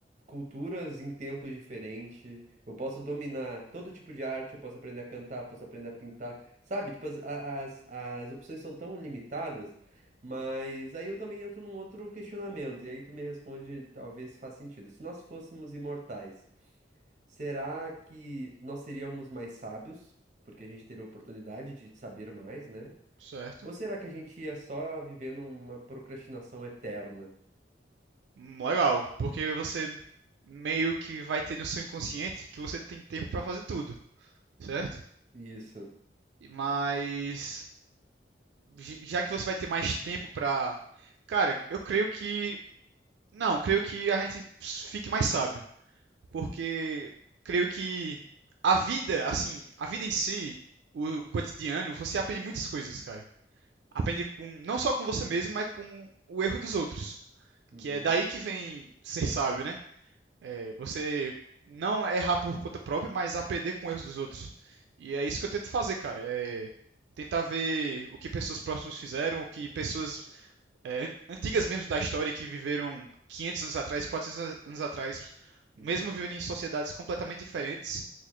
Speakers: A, on the right; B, on the right.
A: culturas em tempos diferentes, eu posso dominar todo tipo de arte, eu posso aprender a cantar, posso aprender a pintar, sabe? Tipo, as, a- as, as opções são tão limitadas. Mas aí eu também entro num outro questionamento, e aí tu me responde, talvez se faz sentido. Se nós fôssemos imortais, Será que nós seríamos mais sábios, porque a gente teria a oportunidade de saber mais, né?
B: Certo.
A: Ou será que a gente ia só viver numa procrastinação eterna?
B: Hum, Legal, porque você meio que vai ter no seu inconsciente que você tem tempo pra fazer tudo, certo?
A: Isso.
B: E- Mas j- já que você vai ter mais tempo pra... Cara, eu creio que Não, creio que a gente fique mais sábio, porque creio que a vida, assim, a vida em si, o cotidiano, você aprende muitas coisas, cara. Aprende com, não só com você mesmo, mas com o erro dos outros.
A: Uhum,
B: Que é daí que vem ser sábio, né? É você não errar por conta própria, mas aprender com erros dos outros. E é isso que eu tento fazer, cara. É tentar ver o que pessoas próximas fizeram, o que pessoas é, antigas mesmo da história que viveram 500 anos atrás, 400 anos atrás, mesmo
A: uhum,
B: vivendo em sociedades completamente diferentes,